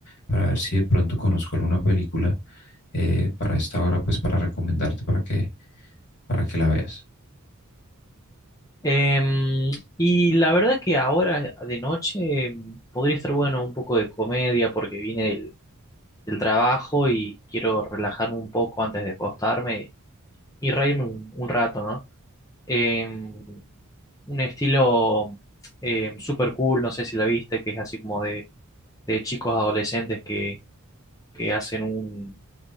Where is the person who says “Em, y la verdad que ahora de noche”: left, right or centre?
Left